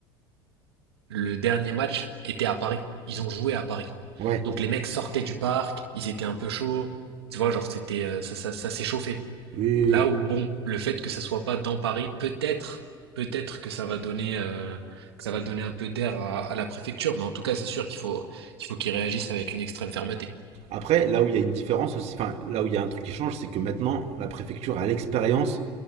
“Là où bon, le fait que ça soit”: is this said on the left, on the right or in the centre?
Right